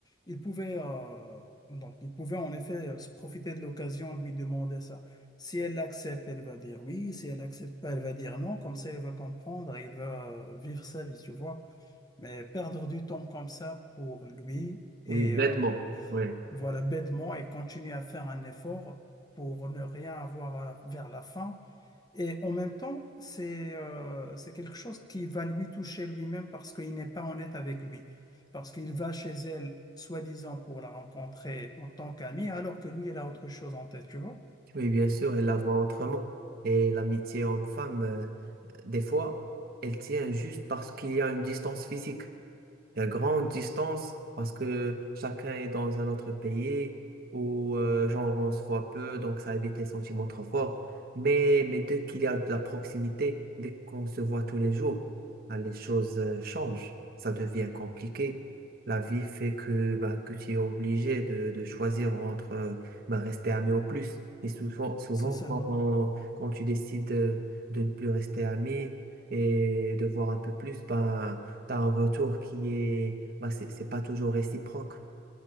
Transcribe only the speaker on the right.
Oui, bêtement.
Oui.
Oui, bien sûr, elle la voit autrement. Et l'amitié homme-femme, euh, des fois, elle tient juste parce qu'il y a une distance physique. Il y a grande distance parce que chacun est dans un autre pays où, euh, genre, on se voit peu, donc ça évite les sentiments trop forts. Mais, mais dès qu'il y a de la proximité, dès qu'on se voit tous les jours, ben, les choses euh, changent. Ça devient compliqué. La vie fait que, ben, que tu es obligé de, de choisir entre euh, ben, rester ami au plus. Et souvent, souvent
quand,
on- quand tu décides de, de ne plus rester ami et de voir un peu plus, ben, tu as un retour qui est, bah, c'est c'est pas toujours réciproque.